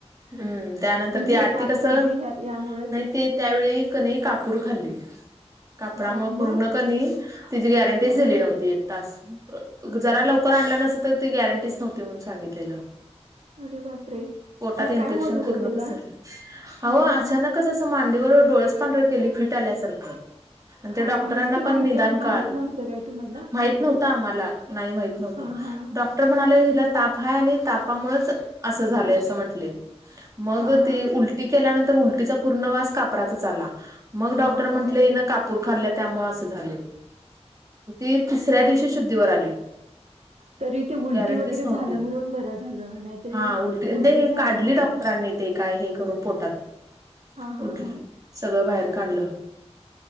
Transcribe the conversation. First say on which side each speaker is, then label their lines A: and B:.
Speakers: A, on the right; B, on the right.
A: हम्म त्यानंतर
B: म्हणजे
A: ती आरती
B: हे ताप
A: कसं
B: सर्दी ह्या यामुळेच
A: नाही ते त्यावेळी क नाही कापूर खाल्ली कापरामुळे
B: म
A: पूर्ण
B: मग
A: कनी तिची गॅरंटीच
B: ह
A: दिली
B: हा
A: नव्हती तास जरा लवकर आणला नसेल तर ती गॅरंटीच नव्हती म्हणून सांगितलेलं
B: अरे बापरे
A: पोटात
B: मग
A: इन्फेक्शन
B: काय होत होतं
A: पूर्ण
B: त्याला
A: पसरलं
B: हा
A: अहं अचानकच
B: हा हा
A: असं मांडीवर डोळेच पांढर केली फिट आल्यासारखं आणि त्या
B: हा
A: डॉक्टरांना
B: हा म्हणजे ती माहिती
A: पण निदान
B: माहित
A: कळलं
B: नव्हतं काय तुम्हाला
A: माहित
B: खाल्ल्या
A: नव्हत
B: ते
A: आम्हाला. नाही माहित नव्हतं.
B: हा हा
A: र म्हणाले हिला ताप आहे आणि तापामुळेच असं झालंय असं म्हंटले मग
B: हा हा
A: तेी उलटी केल्यानंतर उलटीचा पूर्ण मास कापराचाच आला मग
B: हा
A: डॉक्टर
B: हा
A: म्हटले ना कापूर खाल्ल्या त्यामुळे असं झाले. ती तिसऱ्या
B: बापरे
A: दिवशी शुद्धीवर आली.
B: तरी ते उलटी
A: गॅरंटीच
B: वगैरे
A: नव्हती
B: झालं म्हणून बर झालं. नाहीतरी
A: हा उलटी नाही
B: झाली
A: काढली
B: नसती
A: डॉक्टरांनी.
B: तर
A: ते काय हे करून पोटात
B: हा
A: उड
B: हा हा
A: सगळं बाहेर काढलं.